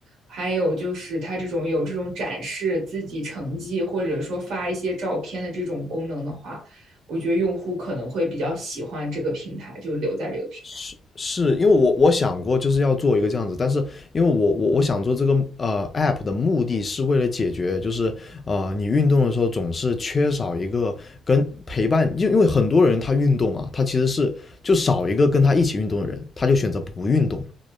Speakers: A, on the right; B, on the left.
A: 还有就是它这种有这种展示自己成绩或者说发一些照片的这种功能的话，我觉得用户可能会比较喜欢这个平台，就留在这个平台。
B: 是是因为我我想过就是要做一个这样子，但是因为我我我想做这个呃 app 的目的是为了解决，就是呃你运动的时候总是缺少一个跟陪伴，因因为很多人他运动啊，他其实是就少一个跟他一起运动的人，他就选择不运动了。